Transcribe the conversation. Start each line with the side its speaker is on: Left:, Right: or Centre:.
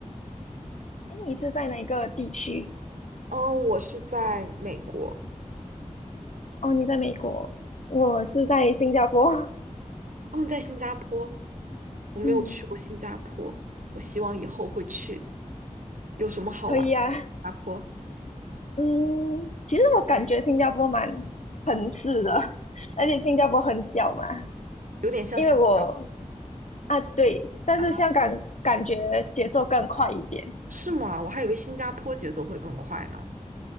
Left: 哎，你是在哪个地区？
Right: 嗯，我是在美国，
Left: 哦，你在美国，我是在新加坡。
Right: 嗯，在新加坡，我没有去过新加坡，
Left: 嗯，
Right: 我希望以后会去。有什么好玩的吗新加坡
Left: 可以啊。嗯，其实我感觉新加坡蛮城市的，而且新加坡很小嘛，
Right: 有点像香港
Left: 因为我啊对，但是香港感觉节奏更快一点。
Right: 啊？是吗？我还以为新加坡节奏会更快呢。